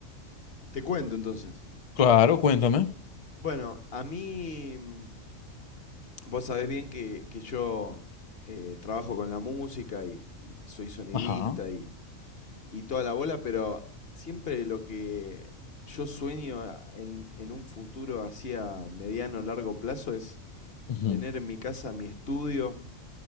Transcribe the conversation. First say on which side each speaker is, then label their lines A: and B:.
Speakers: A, on the left; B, on the left.
A: Te cuento entonces.
B: Claro, cuéntame.
A: Bueno, a mí mm, Vos sabés bien que, que yo eh, trabajo con la música y, y soy sonidista
B: Ajá.
A: y, y toda la bola, pero siempre lo que yo sueño a- en, en un futuro así a mediano, o largo plazo es
B: ujú.
A: tener en mi casa mi estudio